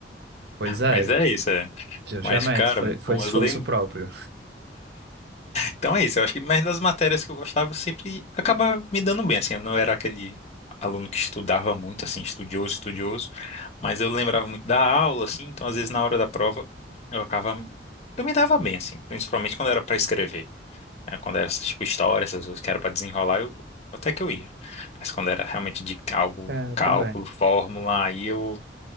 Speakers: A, on the right (about 65°); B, on the left (about 40°).
A: Pois é,
B: Mas é isso, é.
A: justamente,
B: Mas, cara,
A: foi, foi
B: bom,
A: esforço
B: as lembranças.
A: próprio.
B: Então é isso, eu acho que mais das matérias que eu gostava eu sempre acaba me dando bem, assim, eu não era aquele aluno que estudava muito, assim, estudioso, estudioso, mas eu lembrava muito da aula, assim, então às vezes na hora da prova eu acabava, eu me dava bem, assim, principalmente quando era para escrever, né, Quando era, tipo, história, essas coisas que era para desenrolar, eu, até que eu ia, mas quando era realmente de algo,
A: É, é,
B: cálculo,
A: também.
B: fórmula, aí eu